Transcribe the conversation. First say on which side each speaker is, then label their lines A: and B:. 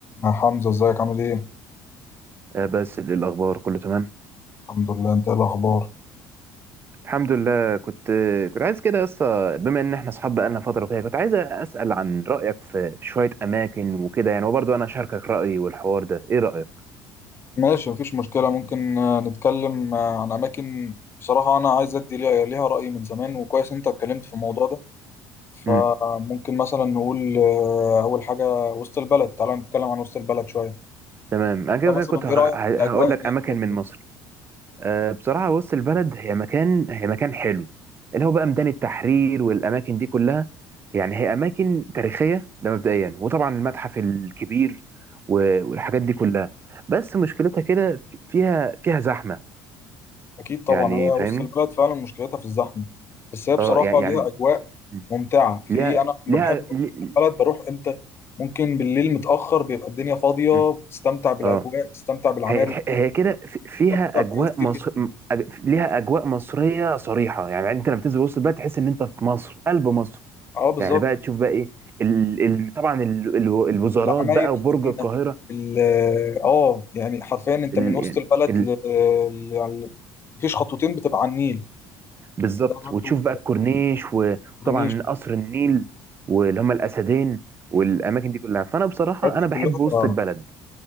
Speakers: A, on the left; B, on the right.
A: يا حمزة ازيك عامل ايه؟
B: آه، بس إيه الاخبار كله تمام
A: الحمد لله انت ايه الاخبار
B: الحمد لله كنت كنت عايز كده يا اسطى بما ان احنا اصحاب بقالنا فتره وكده كنت عايز اسال عن رايك في في شويه اماكن وكده يعني وبرضه انا اشاركك رايي والحوار ده ايه رايك
A: ماشي مفيش مشكلة ممكن آه، نتكلم آه، عن اماكن بصراحة انا عايز ادي ليها ليها رأي من زمان وكويس انت اتكلمت في الموضوع ده فممكن
B: امم
A: مثلا نقول آه، اول حاجة وسط البلد تعالى نتكلم عن وسط البلد شوية
B: تمام انا كده
A: انت
B: كده
A: مثلا
B: كنت هقول
A: ايه رأيك في الاجواء هناك
B: لك اماكن
A: وال...
B: من مصر آه، بصراحة وسط البلد هي مكان هي مكان حلو اللي هو بقى ميدان التحرير والأماكن دي كلها يعني هي أماكن تاريخية ده مبدئيا وطبعا المتحف الكبير و- والحاجات دي كلها بس مشكلتها كده في- فيها فيها زحمة
A: اكيد طبعا
B: يعني
A: هي
B: فاهمني؟
A: وسط البلد فعلا مشكلتها في الزحمة بس هي بصراحة
B: اه يعني يعني
A: ليها اجواء
B: م.
A: ممتعة في
B: ليها
A: ايه انا لما
B: ليها
A: بحب أروح
B: لي-
A: البلد بروح امتى ممكن بالليل متأخر بيبقى الدنيا فاضية
B: م.
A: بتستمتع بالاجواء
B: اه
A: بتستمتع بالعماير
B: هي تح-
A: القديمة
B: هي كده في- فيها
A: بتستمتع
B: أجواء
A: بحاجات كتير
B: مصر
A: جدا
B: م- أج- ليها أجواء مصرية صريحة يعني أنت لما تنزل وسط البلد تحس إن أنت في مصر قلب مصر
A: اه بالظبط
B: يعني بقى تشوف بقى ايه ال... ال... طبعا ال... ال- الوزارات
A: العماير
B: بقى وبرج
A: القديمة
B: القاهره
A: ال- اه يعني حرفيا انت
B: ال...
A: من وسط
B: يعني
A: البلد
B: ال...
A: ل... ل... يعني مفيش خطوتين بتبقى على النيل
B: بالظبط
A: ده برضو
B: وتشوف بقى الكورنيش و...
A: كورنيش
B: وطبعا قصر النيل واللي هم الاسدين والاماكن دي كلها فانا بصراحه
A: الحاجات
B: انا
A: دي
B: بحب
A: كلها
B: وسط البلد